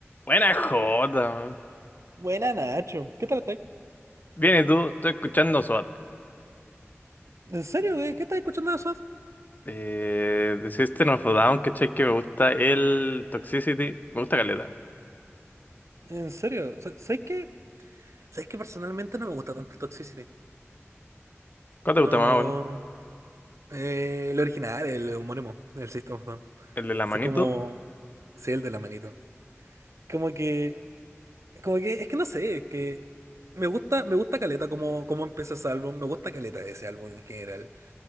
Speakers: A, on the left; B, on the right.
A: Buena jota, man.
B: Buena, Nacho. ¿Qué tal estás?
A: Bien, y tú, estoy escuchando SWAT.
B: ¿En serio, güey? ¿Qué estás escuchando de SWAT?
A: Eh, de System of a Down, ¿cachai? Que me gusta el Toxicity. Me gusta Caleta.
B: ¿En serio? Sa- ¿Sabéis que, Sabes que personalmente no me gusta tanto Toxicity?
A: ¿Cuál te
B: No.
A: gusta más, bueno?
B: eh, el original, el homónimo el System of a Down.
A: ¿El de la manito?
B: O como. Sí, el de la manito. Como que. Como que. Es que no sé, es que. Me gusta, me gusta Caleta como, como empieza ese álbum. Me gusta Caleta ese álbum en general.